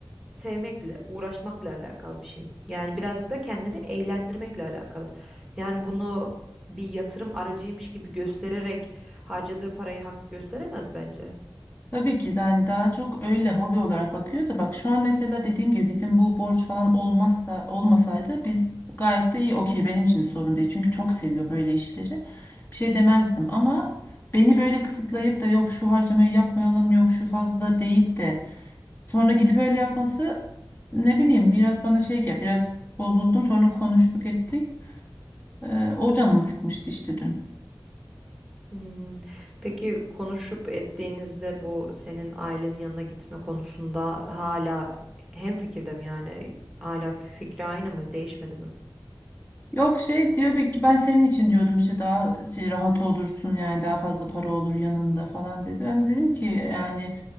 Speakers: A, in the centre; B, on the left.
A: Sevmekle, uğraşmakla alakalı bir şey. Yani birazcık da kendini eğlendirmekle alakalı. Yani bunu bir yatırım aracıymış gibi göstererek harcadığı parayı haklı gösteremez bence.
B: Tabii ki yani daha çok öyle hobi olarak bakıyor da bak şu an mesela dediğim gibi bizim bu borç falan olmazsa olmasaydı biz gayet de iyi okey benim için de sorun değil. Çünkü çok seviyor böyle işleri. Bir şey demezdim ama beni böyle kısıtlayıp da yok şu harcamayı yapmayalım yok şu fazla deyip de sonra gidip öyle yapması ne bileyim biraz bana şey gel biraz bozuldum sonra konuştuk ettik. Ee, o canımı sıkmıştı işte dün.
A: Hmm, Peki konuşup ettiğinizde bu senin ailenin yanına gitme konusunda hala hemfikirde mi yani? Hala fikri aynı mı? Değişmedi mi?
B: Yok şey diyor belki ben senin için diyordum işte daha şey rahat olursun yani daha fazla para olur yanında falan dedi. Ben de dedim ki yani